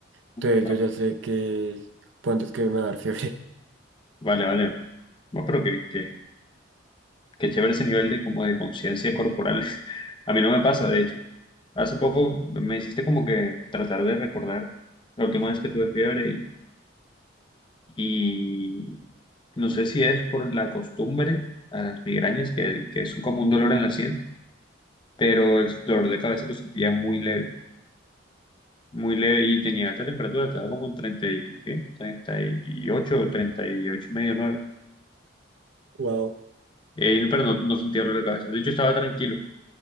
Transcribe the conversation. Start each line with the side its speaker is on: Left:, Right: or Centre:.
Right: Entonces
Left: Bueno,
Right: yo ya sé que cuándo es que me va a dar fiebre. <laughs>
Left: vale, vale. Bueno, pero que, que, que chévere ese nivel de como de conciencia corporal. <laughs> A mí no me pasa, de hecho. Hace poco me hiciste como que tratar de recordar la última vez que tuve fiebre y, y no sé si es por la costumbre a las migrañas, que, que es como un dolor en la sien, pero el dolor de cabeza lo sentía muy leve. muy leve y tenía alta temperatura, estaba como en 30 y, ¿qué? treinta y ocho treinta y ocho y medio, nueve
Right: Wow,
Left: Eh, pero no, no sentía dolor de cabeza. De hecho, estaba tranquilo,